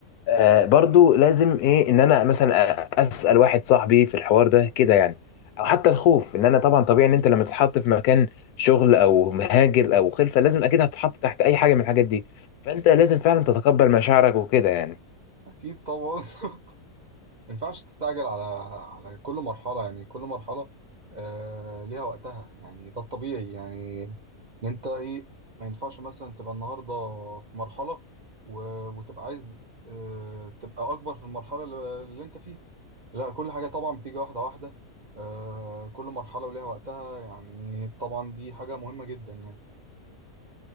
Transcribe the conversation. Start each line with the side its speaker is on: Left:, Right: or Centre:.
Left: آه، برضو لازم ايه ان انا مثلا اسال واحد صاحبي في الحوار ده كده يعني او حتى الخوف ان انا طبعا طبيعي ان انت لما تتحط في مكان شغل او مهاجر او خلفه لازم اكيد هتتحط تحت اي حاجه من الحاجات دي فانت لازم فعلا تتقبل مشاعرك وكده يعني
Right: اكيد طبعا <laughs> ما ينفعش تستعجل على على كل مرحله يعني كل مرحله آه ليها وقتها يعني ده الطبيعي يعني ان انت ايه ما ينفعش مثلا تبقى النهارده في مرحله و... وتبقى عايز آه تبقى اكبر في المرحله اللي اللي انت فيها لا كل حاجه طبعا بتيجي واحده واحده آه كل مرحله وليها وقتها يعني طبعا دي حاجه مهمه جدا يعني